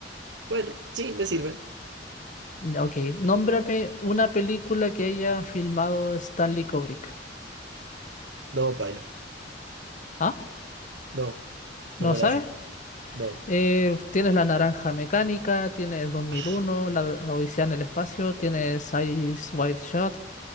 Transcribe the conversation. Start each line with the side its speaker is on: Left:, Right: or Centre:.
Right: Bueno, sí, me sirve.
Left: Ya, Ok, nómbrame una película que haya filmado Stanley Kubrick.
Right: No, paila.
Left: ¿Ah?
Right: No,
Left: ¿No
Right: no me
Left: sabes?
Right: la sé. No.
Left: Eh, tienes La Naranja Mecánica, tienes 2001,
Right: Ah,
Left: La, la Odisea en el Espacio, tienes Eyes Wide Shot,